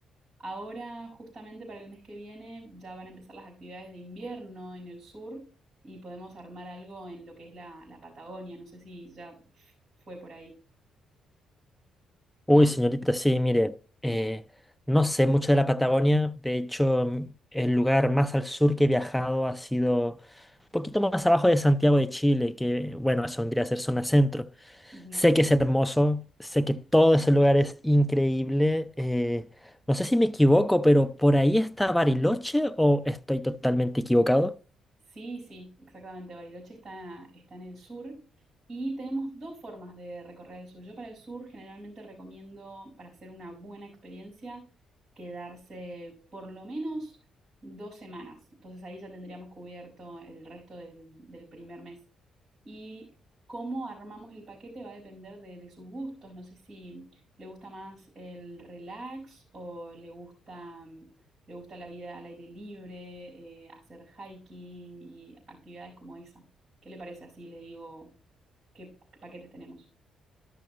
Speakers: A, on the right (about 40°); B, in the centre.
A: Ahora, justamente para el mes que viene, ya van a empezar las actividades de invierno en el sur y podemos armar algo en lo que es la, la Patagonia. No sé si ya fue por ahí.
B: Uy, señorita, sí, mire, eh, no sé mucho de la Patagonia. De hecho, mm, el lugar más al sur que he viajado ha sido un poquito más abajo de Santiago de Chile, que, bueno, eso vendría a ser zona centro.
A: Ujú.
B: Sé que es hermoso, sé que todo ese lugar es increíble. eh, no sé si me equivoco, pero por ahí está Bariloche o estoy totalmente equivocado.
A: Sí, sí, exactamente. Bariloche está, está en el sur y tenemos dos formas de recorrer el sur. Yo para el sur generalmente recomiendo, para hacer una buena experiencia, quedarse por lo menos dos semanas. Entonces ahí ya tendríamos cubierto el resto del, del primer mes. Y cómo armamos el paquete va a depender de, de sus gustos. No sé si le gusta más el relax o le gusta le gusta la vida al aire libre, eh, hacer hiking y actividades como esa. ¿Qué le parece así? Le digo, ¿qué paquetes tenemos?